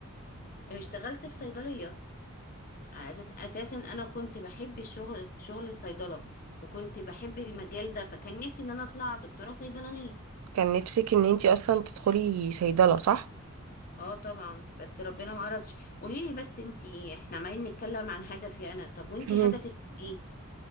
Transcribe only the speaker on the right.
كان نفسك ان انتي اصلا تدخلي صيدلة صح
مهم.